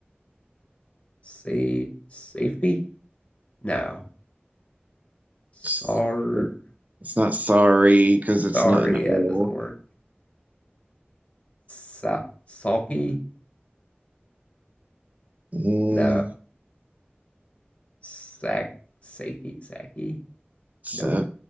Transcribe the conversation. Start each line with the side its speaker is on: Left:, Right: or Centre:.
Left: Say safety. No. Sorry.
Right: it's, it's not sorry because
Left: Sorry.
Right: it's not an
Left: Yeah,
Right: O.
Left: it doesn't work. Sa sulky.
Right: Mm,
Left: No. Sack. Saki. Saki.
Right: sa
Left: Nope.